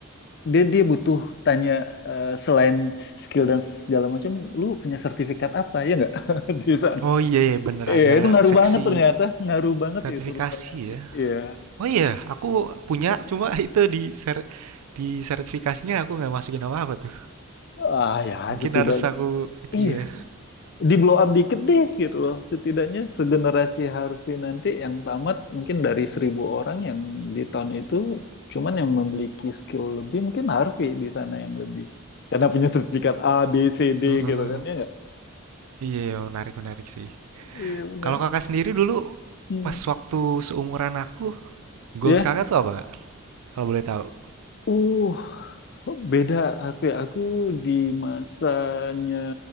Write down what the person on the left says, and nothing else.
dia dia butuh tanya eh, selain skill dan segala macam, lu punya sertifikat apa ya nggak <laughs> di sana?
Iya,
itu ngaruh
banget ternyata, ngaruh banget
itu rupanya. Harvey.
Iya,
ngaruh.
Ah ya
setidaknya.
Iya,
di blow up dikit deh gitu loh. Setidaknya segenerasi Harvey nanti yang tamat mungkin dari seribu orang yang di tahun itu cuman yang memiliki skill lebih mungkin Harvey di sana yang lebih karena punya sertifikat A B C D
gitu kan ya nggak?
Iya benar.
Hmm.
Ya.
Uh, beda Harvey. Aku di masanya